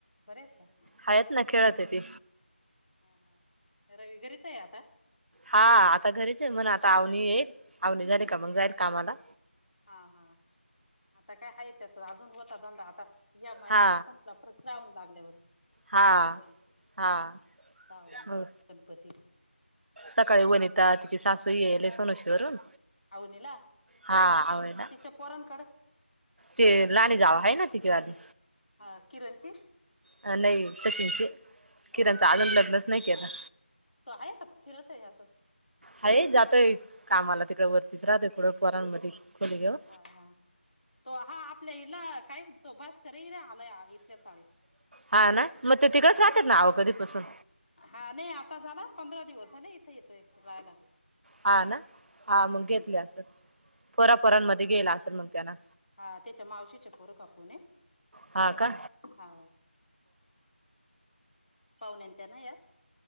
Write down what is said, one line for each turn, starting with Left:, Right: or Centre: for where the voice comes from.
Left: बरत का
Right: हा येत ना खेळत आहे ती
Left: हा हा विगरीच आहे आता
Right: हा आता घरीच आहे म्हण आता आवनी येईल आवनी झाली
Left: हा
Right: का मग
Left: हा
Right: जाईल कामाला
Left: हा हा आता काय आहे त्याचा अजून होता धंदा आता या महिन्याभर
Right: हा
Left: स प्रचरावून लागल्यावर
Right: हा
Left: चालू होई
Right: हा
Left: वण
Right: मग
Left: गणपती
Right: सकाळी वनिता तिची सासू येले सोनोशी वरून
Left: आवनीला
Right: हा आवडला
Left: तिच्या पोरणकड
Right: ते लाने झावा ह आहे ना तिच्या आली
Left: हा किरणची
Right: अ नाही सचिनचे किरणच
Left: हा
Right: आजून
Left: हा
Right: लग्नच नाही के ना
Left: तो आहे का फिरत आहे ह्यास
Right: हा जातय कामाला तिकडे वरतीच राहतय कडं पोरांमध्ये खोली घेऊ
Left: हा हा तो हा आपल्या हिला काय तो भास कर र आला इथल्या चाळीत
Right: हा ना मग ते तिकडेच
Left: हा
Right: राहतात ना अवं कधीपसून
Left: हा नाही आता झाला पंधरा दिवस झाले इथे येतोय रायला
Right: हा ना हा मग घेतले
Left: इथं
Right: असल पोरापोरांमध्ये
Left: हा
Right: गेला असेल मग त्याना
Left: हा त्याच्या मावशीच्या पोरं कापूनून ये
Right: हा का
Left: हा पाहुण्यांत ना यास